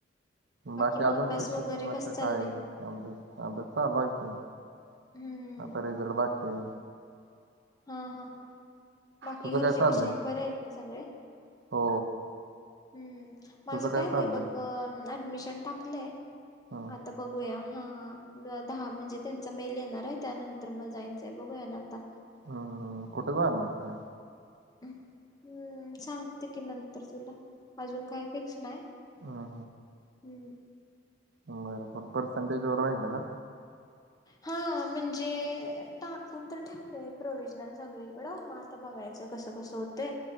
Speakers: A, on the right; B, on the left.
A: बाकी
B: मग
A: अजून
B: अभ्यास
A: काय
B: वगैरे
A: शिक्षणाचं
B: कस चाललंय
A: काय म चाललंय माझं चालू आहे की.
B: हम्म.
A: आता रिझल्ट बाकी आहे.
B: हा हा हा बाकी
A: तुझं
B: घरचे
A: काय चाललंय
B: कसे बरे आहेत ना सगळे.
A: हो
B: हम्म माझ
A: तुझं
B: काय नाही
A: चाललंय
B: बघ ऍडमिशन टाकलंय
A: हम्म
B: आता बघूया हा दहा म्हणजे त्यांचा मेल येणार आहे त्यानंतर मग जायचंय बघूया ना आता.
A: अ कुठ जाणार काय?
B: हम्म सांग तेकी नंतर तुला अजून काय फिक्स नाही
A: हम्म
B: हम्म.
A: बर बर पर्सेंटेज वर राहिल का.
B: हा म्हणजे टाकून तर ठेवलंय प्रोवि्हजनल सगळीकडं म आता बघायचं. कस कस होतंय